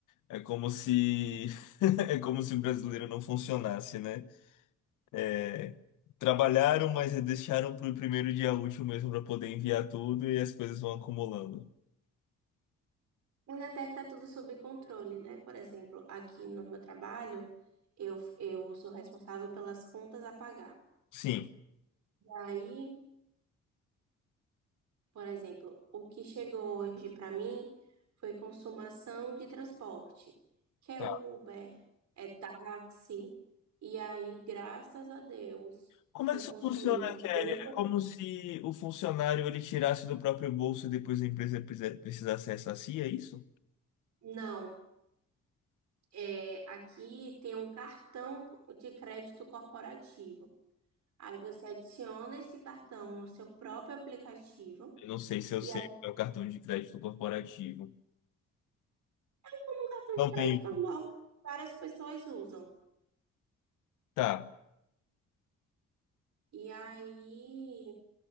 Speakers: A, on the left; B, on the right.
A: É como se <laughs> é como se o brasileiro não funcionasse, né? É, Trabalharam, mas deixaram para o primeiro dia útil mesmo para poder enviar tudo e as coisas vão acumulando.
B: Mas até que tá tudo sob controle, né? Por exemplo, aqui no meu trabalho, eu, eu sou responsável pelas contas a pagar.
A: Sim.
B: Aí, Por exemplo, o que chegou hoje para mim foi consumação de transporte, que é
A: Tá.
B: Uber, é táxi. E aí, graças a Deus,
A: Como
B: foi
A: é que isso
B: consumido
A: funciona, Kelly?
B: bem.
A: É como se o funcionário ele tirasse do próprio bolso e depois a empresa precisa- precisasse ressarcir, é isso?
B: Não, é, aqui tem um cartão de crédito corporativo. Aí você adiciona esse cartão no seu próprio aplicativo.
A: Eu não sei se eu
B: E
A: sei
B: aí,
A: o que é o cartão de crédito corporativo.
B: é um cartão
A: Não
B: de crédito
A: tem.
B: normal, várias pessoas usam.
A: Tá.
B: E aí,